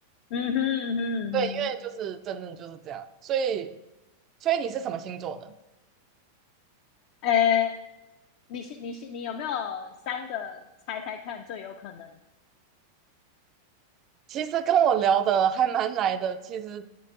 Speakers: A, on the left; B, on the right.
A: 嗯哼嗯哼嗯
B: 对，因为就是真正就是这样，所以所以你是什么星座的？
A: 哼，诶，你是你是你有没有三个猜猜看最有可能的？
B: 其实跟我聊的还蛮来的，其实